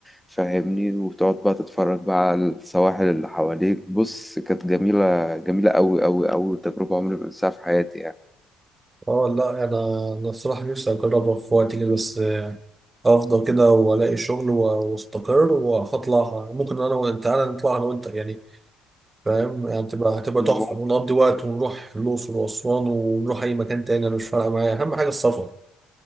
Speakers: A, in the centre; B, on the right (about 25°).
A: فاهمني وتقعد بقى تتفرج بقى على السواحل اللي حواليك بص كانت جميلة جميلة أوي أوي أوي تجربة عمري ما أنساها في حياتي يعني
B: اه لا انا انا الصراحه نفسي اجربها في وقت كده بس آه، افضل كده والاقي شغل و- واستقر وهطلعها ممكن انا وانت تعالى نطلع انا وانت يعني فاهم يعني تبقى هتبقى
A: ممكن
B: تحفه ونقضي وقت ونروح الاقصر واسوان ونروح اي مكان تاني انا مش فارقه معايا اهم حاجه السفر